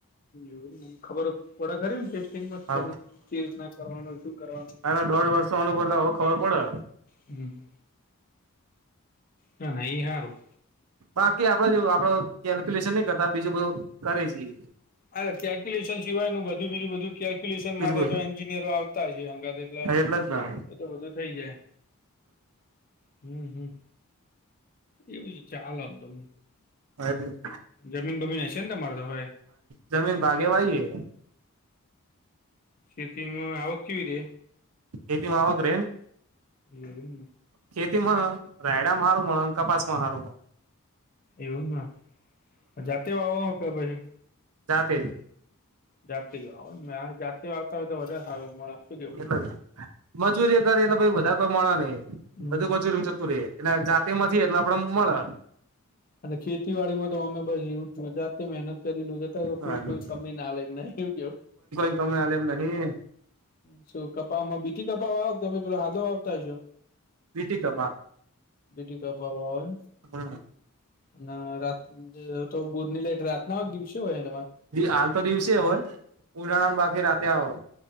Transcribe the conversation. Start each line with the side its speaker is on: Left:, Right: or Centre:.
Left: મ ખબર ઓડા ખરી ટેસ્ટિંગ
Right: હા
Left: કે રીતના કરવાનું શું કરવાનું.
Right: તાર દોઢ વર્ષ વાનું પદલેવવે ખબર પડે.
Left: હમ. હા નઈ હારું.
Right: બાકી આપડે જો આપડ કેલ્ક્યુલેશન નહી કરતા બીજું બધું કરે જએ.
Left: અલા કેલ્ક્યુલેશન સિવાય નું બધું બીજું બધું કેલ્ક્યુલેશન
Right: બીજું
Left: માટે તો એન્જિનિયરો આવતા છે હગાથે એટલે.
Right: હ એટલે જ ના
Left: ઇ તો બધું થઇ જાય. હમ હમ એવું ચાલો તો.
Right: હ
Left: જમીન બમીન હશે ને તમારે તો હવે
Right: જમીન ભાગે વાઈએ
Left: ખેતીમાં આવક કેવી રે
Right: ખેતીમાં આવક રે.
Left: એવું
Right: ખેતીમાં રાયડમાં હારું કપાસમાં હારું
Left: એવું ના જાતે વાવો તો પછી.
Right: જાતેજ
Left: જાતેજ વાવાનુ મે જાતે વા આવતા હોય તો વધારે સારું મળે. શું કેવું
Right: એટલે મજૂરી કરે એટલે બધે કામાળા ન‌ઈ
Left: હમ
Right: બધું
Left: હમ
Right: મજૂરી જતું રે એટલે જાતેમાં નથી એટલે આપડે મળે
Left: અને ખેતીવાડી માં તો અમે બ એવું જાતે મહેનત કરી લ લોજતા
Right: મળે
Left: કોઈ કોઈ કય ના લે એને એવું કે
Right: કમે આલેમ નહી
Left: હ શું કપામાં બીઠી કપા વાવ તમે પેલો હાદો વાવતા હશો
Right: પીટી કપા
Left: બીટી કપા વાવો એમ
Right: હમ
Left: અને રાત તો બોધની લાઈટ રાતના દિવસે હોય ને તમારે.
Right: હાલ તો દિવસે હોય ઉનાળામાં બાકી રાતે આવ